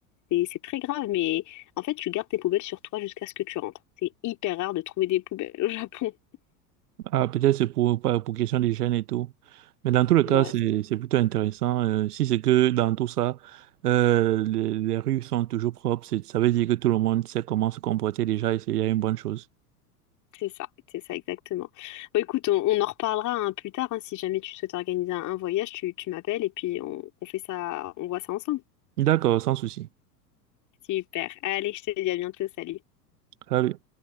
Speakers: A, on the left; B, on the right.
A: Et c'est très grave, mais en fait, tu gardes tes poubelles sur toi jusqu'à ce que tu rentres. C'est hyper rare de trouver des poubelles au <laughs> Japon.
B: Ah, peut-être c'est pour, pas- pour question des jeunes et tout. Mais dans tous les
A: Ouais,
B: cas, c'est,
A: c'est
B: c'est plutôt intéressant. Euh, si c'est que dans tout ça, euh, les, les rues sont toujours propres, c'est- ça veut dire que tout le monde sait comment se comporter déjà et c'est déjà une bonne chose.
A: c'est ça, c'est ça exactement. Bon, écoute, on, on en reparlera hein, plus tard. hein, si jamais tu souhaites organiser un, un voyage, tu, tu m'appelles et puis on, on fait ça, on voit ça ensemble.
B: D'accord, sans souci.
A: Super. Allez, je te dis à bientôt. Salut.
B: Salut.